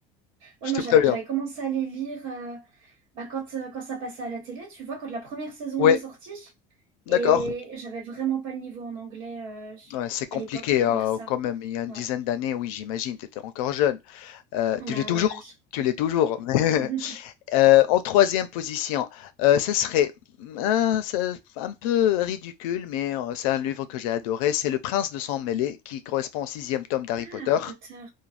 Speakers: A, on the right (about 80°); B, on the left (about 90°).
A: Ouais,
B: je
A: moi,
B: te
A: j'avais,
B: préviens.
A: j'avais commencé à les lire euh, bah, quand, euh, quand ça passait à la télé, tu vois, quand la première saison,
B: Oui,
A: elle est sortie,
B: d'accord.
A: et j'avais vraiment pas le niveau en anglais euh,
B: Ouais, c'est compliqué
A: à l'époque pour
B: euh,
A: lire ça.
B: quand même. Il y a une
A: Ouais,
B: dizaine d'années, oui, j'imagine, tu étais encore jeune. Euh,
A: bah
B: tu l'es toujours.
A: ouais, ouais.
B: Tu l'es toujours. <laughs>
A: <laughs>
B: Euh, en troisième position, euh, ce serait un, ça- un peu ridicule, mais euh, c'est un livre que j'ai adoré. C'est Le Prince de sang mêlé, qui correspond au sixième tome d'Harry
A: Ah,
B: Potter.
A: Harry Potter.